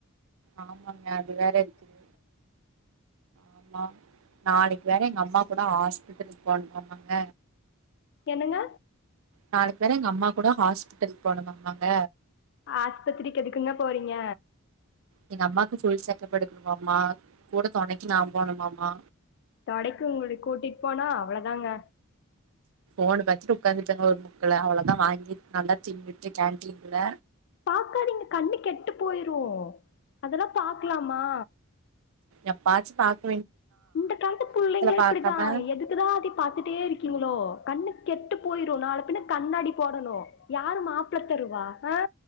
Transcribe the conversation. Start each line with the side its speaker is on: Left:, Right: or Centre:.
Right: ஆமாங்க அது வேற இருக்குது ஆமா நாளைக்கு வேற எங்க அம்மா கூட ஆஸ்பிட்டலுக்கு போனமாம் ங்க
Left: என்னங்க
Right: நாளைக்குவேற எங்க அம்மா கூட ஹாஸ்பிட்டல் போனுமாமங்க
Left: ஆஸ்பத்திரிக்கு எதுக்குங்க போறீங்க
Right: எங்க அம்மாக்கு ஃபுல் செக்கப் எடுக்கணுமாமா கூட தொணைக்கு நா போணுமாமா
Left: தொணைக்கு உங்ள கூட்டிட் போனா அவ்ளதாங்க
Right: ஃபோனு பாத்துட்டு உக்காந்ருப்பாங்க ஒரு முக்குல அவ்ளதா வாங்கி நல்லா தின்னுட்டு கேன்டீன்ல
Left: பாக்காதீங்க கண்ணு கெட்டு போயிரு அதலா பாக்லாமா
Right: எப்பாச்சி பாக்
Left: இந்த காலத்து புள்ளைங்களே இப்டிதா
Right: பாக்காம
Left: எதுக்குதா அதே பாத்துட்டே இருக்கீங்ளோ கண்ணு கெட்டு போயிரு நாள பின்ன கண்ணாடி போடணு யாரு மாப்ள தருவா அ